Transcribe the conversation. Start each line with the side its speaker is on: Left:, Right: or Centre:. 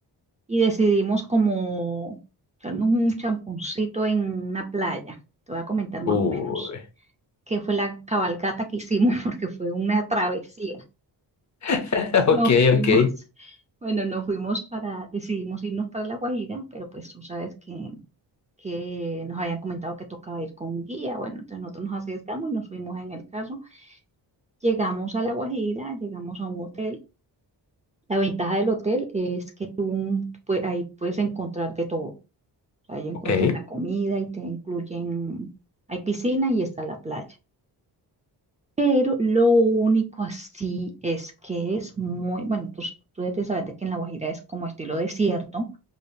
Right: y decidimos como echarnos un champoncito en una playa. Te voy a comentar más
Left: Uy.
Right: o menos qué fue la cabalgata que hicimos, <laughs> porque fue una travesía.
Left: <laughs> Ok,
Right: Nos fuimos,
Left: ok,
Right: bueno, nos fuimos para, decidimos irnos para La Guajira, pero pues tú sabes que que nos habían comentado que tocaba ir con guía. Bueno, entonces nosotros nos arriesgamos y nos fuimos en el carro. Llegamos a La Guajira, llegamos a un hotel. La ventaja del hotel es que tú, pues, ahí puedes encontrar de todo. O sea, ahí encuentras
Left: ok.
Right: la comida y te incluyen, hay piscina y está la playa. Pero lo único así es que es muy, bueno, pues tú debes de saber de que en La Guajira es como estilo desierto.